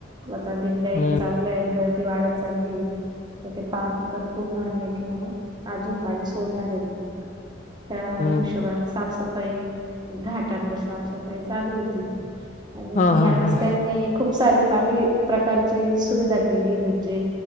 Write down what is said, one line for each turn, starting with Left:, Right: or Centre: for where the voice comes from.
Right: हो आता दिंड्या येत
Left: हं,
Right: चालल्यायेत गर्दी वाढत चाललीये तर ते पाणी पण पूर्ण आणणे किंवा अजून पाणी सोडणार आयत मग. त्या
Left: हं.
Right: हिशोबाने साफसफाई घाटांनवर साफसफाई चालू होती. आणि
Left: हां, हां,
Right: ह्यावेळेस
Left: हां.
Right: त्यांनी, खूप सारी चांगली प्रकारची सुविधा केली. म्हणजे